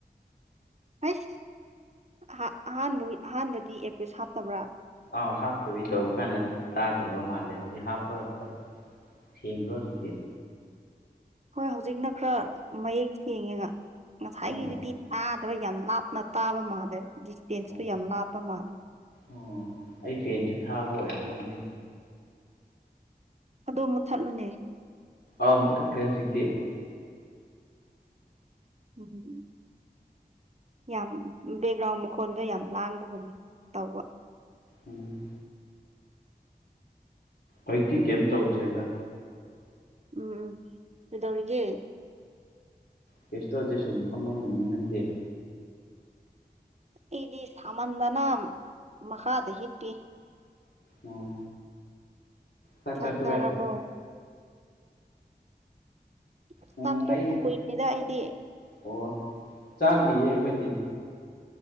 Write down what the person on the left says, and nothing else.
ꯑꯥꯎ ꯍꯥꯞꯇꯕꯩ ꯇꯧꯕ ꯀꯥꯟꯗ ꯇꯥꯗꯕ ꯃꯥꯜꯂꯦ ꯍꯧꯖꯤꯛ ꯍꯥꯞꯄꯒ ꯈꯔ ꯊꯦꯡꯕ꯭ꯔꯣ ꯍꯧꯖꯤꯛꯇꯤ
ꯑꯣ ꯑꯣ
ꯑꯣ
ꯑꯣ ꯑꯩ ꯐꯦꯟꯁꯨ ꯊꯥꯕ ꯑꯣꯏꯔꯝꯅꯤ ꯑꯗꯨꯢ
ꯑꯥ ꯃꯨꯊꯠꯈ꯭ꯔꯦ ꯍꯧꯖꯤꯛꯇꯤ
ꯎꯝ ꯍꯧꯛꯇꯤ ꯀꯩꯝ ꯇꯧꯗ꯭ꯔꯦꯗ
ꯀꯩꯁ ꯇꯧꯗꯦ ꯁꯨꯝ ꯐꯝꯃꯝꯃꯤꯅꯤ ꯅꯪꯗꯤ
ꯑꯣ ꯆꯥꯛ
ꯆꯥ ꯇꯣꯛꯑꯦ
ꯎꯝ
ꯑꯩꯗꯤ
ꯑꯣ ꯆꯥꯗ꯭ꯔꯤꯌꯦ ꯑꯩꯈꯣꯏꯗꯤ